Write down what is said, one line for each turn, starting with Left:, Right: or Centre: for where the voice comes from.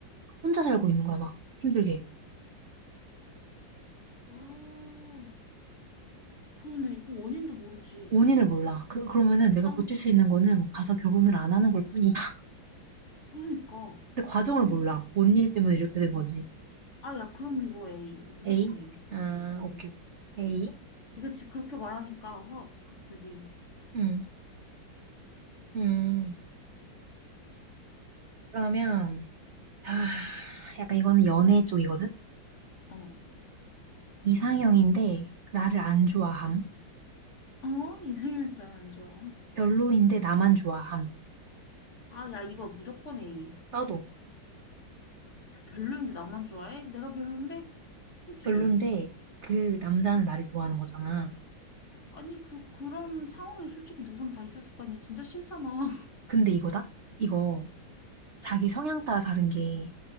Right: 혼자 살고 있는 거야, 막 힘들게.
Left: 아, 그러네. 이거 원인도 모르지.
Right: 원인을 몰라. 그, 그러면은 내가
Left: 아,
Right: 고칠 수 있는 거는 가서 결혼을 안 하는 걸 뿐이야. <laughs>
Left: 그러니까.
Right: 근데 과정을
Left: 그러니까.
Right: 몰라. 뭔 일 때문에 이렇게 된 거지.
Left: 아, 야, 그럼 이거 A. 무조건
Right: 에이?
Left: A.
Right: 아,
Left: 어.
Right: 오케이. 에이?
Left: 이거 지 그렇게 말하니까 확 갑자기.
Right: 응. 음, 그러면, 아, 약간 이거는 연애 쪽이거든?
Left: 어.
Right: 이상형인데 나를 안 좋아함.
Left: 어? 이상형이 날안 좋아.
Right: 별로인데
Left: 왜?
Right: 나만 좋아함.
Left: 아, 야, 이거 무조건 A.
Right: 나도
Left: 별로인데 나만 좋아해? 내가 별론데? 그치?
Right: 별론데 그 남자는 나를 좋아하는 거잖아.
Left: 아니, 그, 그런 상황이 솔직히 누구나 다 있었을 거 아니야. 진짜 싫잖아.
Right: 근데 이거다? 이거 자기 성향 따라 다른 게